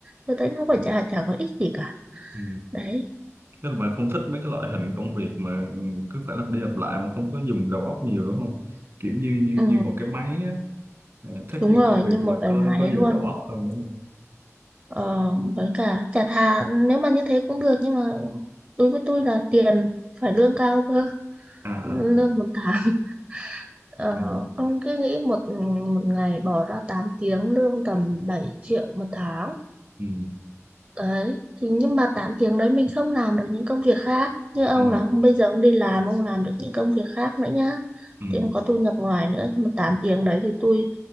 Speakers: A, on the right; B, on the right.
A: tôi thấy nó phải chả chả có ích gì cả
B: Ừ.
A: đấy
B: Tức là bà không thích mấy cái loại hình công việc mà cứ phải lặp đi lặp lại mà không có dùng đầu óc nhiều đúng không kiểu như như,
A: Ừ,
B: như một cái máy á à, thích
A: đúng
B: những
A: rồi
B: công việc
A: như một
B: mà
A: cái
B: có
A: máy
B: có dùng
A: luôn
B: đầu óc hơn đúng không
A: ờ, với cả chả thà nếu mà như thế cũng được nhưng mà đối với tôi là tiền phải lương cao cơ
B: à à
A: lương một tháng <laughs> ờ,
B: ừ.
A: ông cứ nghĩ một một ngày bỏ ra tám tiếng lương tầm 7 triệu một tháng
B: Ừ.
A: Đấy, thì nhưng mà 8 tiếng đấy mình không làm được những công việc khác. Như ông
B: Ờ.
A: là ông bây giờ ông đi làm, ông làm được những công việc khác nữa nhá.
B: Ừ.
A: Thì ông có thu nhập ngoài nữa. Nhưng mà 8 tiếng đấy thì tôi